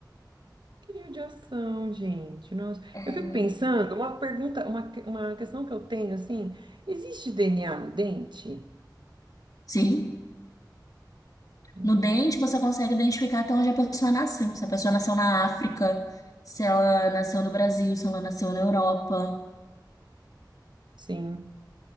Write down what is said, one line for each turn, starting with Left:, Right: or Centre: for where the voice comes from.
Right: Que judiação, gente. Nossa.
Left: É,
Right: Eu fico pensando, uma pergunta, uma, que- uma questão que eu tenho, assim, existe DNA no dente?
Left: Sim,
Right: Não.
Left: no dente você consegue identificar até onde a pessoa nasceu. Se a pessoa nasceu na África, se ela nasceu no Brasil, se ela nasceu na Europa.
Right: Sim.